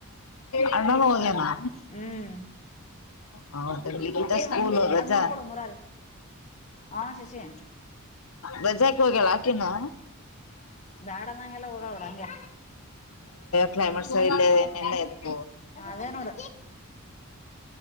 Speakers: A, on the left; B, on the left.
A: ಅಣ್ಣಾನ ಹೋಗನಾ.
B: ಹ್ಮ್.
A: ಹಾ.
B: ಈ
A: ಸ್ಕೂಲ್ ರಜೆ.
B: ಅದ್ ನೋಡ್ಕೊಡು ಮುರಾರಿ ಹಾ ಶಶಿ
A: ಬಜಾಕ ಹೋಗ್ಯಲ್ಲ ಆಕನು.
B: ಬ್ಯಾಡ ಅನ್ನಂಗೆಲ್ಲ ಹೋಗಲ್ಲ ನೋಡು ಹಂಗೆ
A: ಕ್ಲೈಮೇಟ್ಸ್ ಇಲ್ಲೆಲ್ಲ ಎದುಕ್ಕ.
B: ಹ ಅದೇನೋಡ.